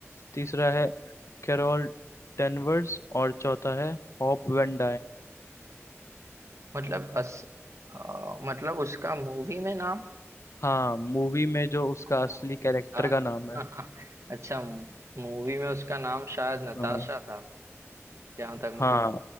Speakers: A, on the left; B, on the right.
A: तीसरा है कैरोल डेनवर्स और चौथा है हॉप वेन
B: मतलब अस अ, मतलब उसका मूवी में नाम
A: हाँ मूवी में जो उसका
B: ओह,
A: असली कैरेक्टर
B: अच्छा
A: का नाम है
B: <laughs> अच्छा मूवी में उसका नाम शायद नताशा
A: हाँ
B: था जहां तक
A: हाँ
B: मुझे